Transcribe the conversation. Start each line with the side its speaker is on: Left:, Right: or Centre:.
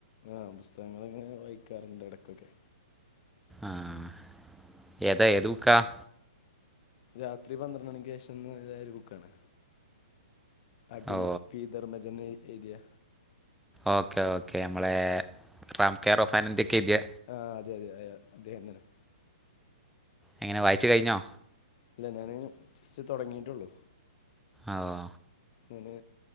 Left: ആഹ് പുസ്തകങ്ങള്ങ്ങനെ വായിക്കാറ്ണ്ട് എടയ്ക്കൊക്കെ.
Centre: ആഹ് ഏതാ എത് ബുക്ക്‌ ക?
Left: രാത്രി പന്ത്രണ്ട് മണിക്ക് ശേഷംഎനുള ഒരു ബുക്കാണ്. അഖിൽ
Centre: ഓ
Left: പി ധർമ്മജൻ എഴുതിയ.
Centre: ഓക്കെ ഓക്കെ നമ്മളെ
Left: ഉം.
Centre: റാം കെയർ ഓഫൻ ന്തൊക്കെ എയ്തിയ.
Left: ആഹ് അതെ അതെ അയ അദ്ദേഹം തന്നെ.
Centre: എങ്ങനെ വായിച്ചു കഴിഞ്ഞോ?
Left: ഇല്ല ഞാന് ജസ്റ്റ് തൊടങ്ങിട്ടൊള്ളൂ.
Centre: ആഹ്.
Left: ഞാന്